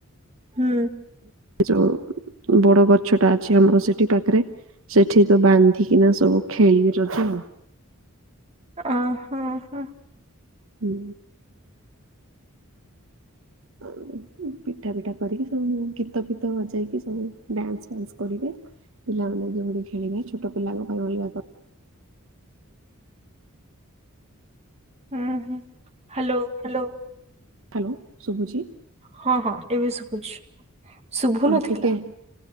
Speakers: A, on the right; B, on the right.
A: ହୁଁ।
B: ଯୋଉ ବଡ ଗଛଟା ଅଛି ଆମର ସେଠି ପାକ୍ରେ। ସେଠି ତ ବାନ୍ଧିକିନା ସବୁ ଖେଳିବେ ରଜ।
A: ଅ ହଁ ହଁ
B: ହୁଁ‌। <unintelligible> ପିଠାପିଠା କରିକି ସବୁ <unintelligible> ଗୀତଫିତ ବଜାଇକି ସବୁ ଡ୍ୟାନ୍ସ ଫ୍ୟାନ୍ସ କରିବେ। ପିଲାମାନେ ଯେଉଟି ଖେଳିବେ ଛୋଟ ପିଲାଙ୍କ ପାଇଁ ଅଲଗା <unintelligible>
A: ହୁଁ ହୁଁ ହ୍ୟାଲୋ ହ୍ୟାଲୋ।
B: ହ୍ୟାଲୋ ଶୁଭୁଚି?
A: ହଁ ହଁ ଏବେ ଶୁଭୁଚି। ଶୁଭୁନଥିଲା।
B: ହଁ ଟିକେ